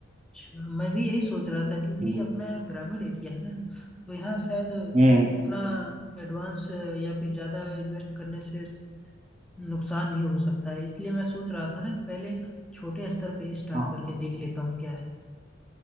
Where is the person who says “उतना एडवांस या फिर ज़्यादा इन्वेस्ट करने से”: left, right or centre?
Centre